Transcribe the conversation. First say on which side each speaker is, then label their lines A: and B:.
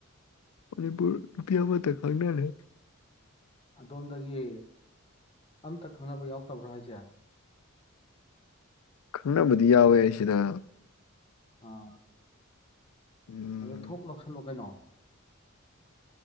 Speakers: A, on the left; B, on the left.
A: ꯃꯅꯤꯕꯨꯨꯄꯤꯌꯥꯕꯗ ꯈꯥꯛꯅꯅꯦ
B: ꯑꯗꯣꯝꯗꯒꯤ ꯑꯝꯇ ꯈꯪꯅꯕ ꯌꯥꯎꯗꯕ꯭ꯔꯥ ꯍꯥꯏꯁꯦ
A: ꯈꯅ ꯗꯤꯤ ꯑꯣꯏꯁꯤꯗ
B: ꯑ
A: ꯎꯝ
B: ꯑꯗꯨ ꯊꯣꯛ ꯂꯧꯁꯜꯂꯣ ꯀꯩꯅꯣ